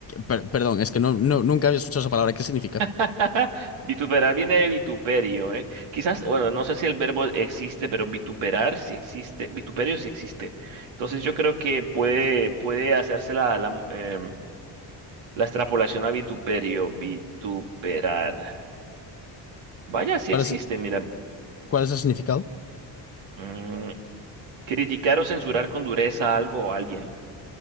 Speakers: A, on the left (about 30°); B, on the right (about 85°).
A: per- perdón, es que no, no, nunca había escuchado esa palabra. ¿Qué significa?
B: <laughs> Vituperar viene de vituperio, ¿eh? Quizás, bueno, no sé si el verbo existe, pero vituperar sí existe, vituperio sí existe. Entonces yo creo que puede, puede hacerse la, la, em, la extrapolación a vituperio, vituperar. Vaya, sí
A: ¿Cuál
B: existe,
A: es,
B: mira.
A: cuál es el significado?
B: Mm, criticar o censurar con dureza a algo o alguien.